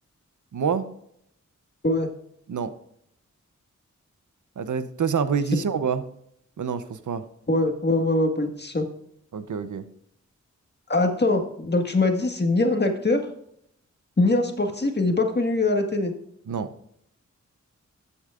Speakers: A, on the right; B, on the left.
A: Moi?
B: Ouais.
A: Non. Attends, toi, c'est un politicien
B: C'est...
A: ou pas? Bah non, je pense pas.
B: Ouais, ouais, ouais, ouais, politicien.
A: Ok, ok.
B: Attends, donc tu m'as dit, c'est ni un acteur, ni un sportif, et il n'est pas connu à la télé.
A: Non.